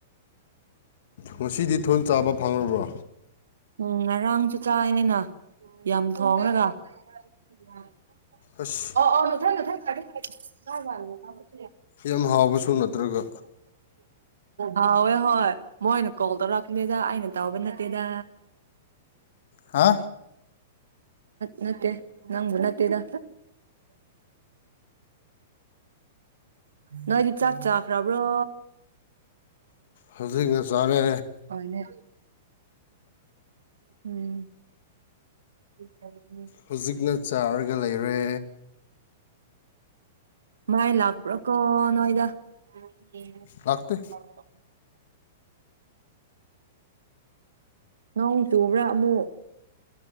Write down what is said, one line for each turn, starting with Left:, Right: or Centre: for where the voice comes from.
Left: ꯉꯁꯤꯗꯤ ꯊꯨꯟ ꯆꯥꯕ ꯐꯪꯔꯕ꯭ꯔꯣ
Right: ꯎꯝ ꯉꯔꯥꯡꯁꯨ ꯆꯥꯏꯌꯦꯅ ꯌꯥꯝ ꯊꯣꯡꯂꯒ <inaudible>
Left: ꯑꯁ ꯌꯥꯝ ꯍꯥꯎꯕꯁꯨ ꯅꯠꯇ꯭ꯔꯒ
Right: ꯍꯋꯦ ꯍꯣꯏ ꯃꯣꯏꯅ ꯀꯣꯜ ꯇꯧꯔꯛꯀꯗꯣꯏꯗ ꯑꯩꯅ ꯇꯕ ꯅꯠꯇꯦꯗ
Left: ꯍꯥ
Right: ꯅꯠꯇꯦ ꯅꯪꯕꯨ ꯅꯠꯇꯦꯗ ꯅꯣꯏꯗꯤ ꯆꯥꯛ ꯆꯥꯛꯈ꯭ꯔꯕ꯭ꯔꯣ
Left: ꯍꯧꯖꯤꯛꯅ ꯆꯥꯔꯦ
Right: ꯑꯣꯏꯅꯦ ꯎꯝ ꯎ <inaudible>
Left: ꯍꯧꯖꯤꯛꯅ ꯆꯥꯔꯒ ꯂꯩꯔꯦ
Right: ꯃꯥꯏ ꯂꯥꯛꯄ꯭ꯔꯥꯀꯣ ꯅꯣꯏꯗ ꯣ <unintelligible>
Left: ꯂꯥꯛꯇꯦ
Right: ꯅꯣꯡ ꯆꯨꯕ꯭ꯔꯥ ꯑꯃꯨꯛ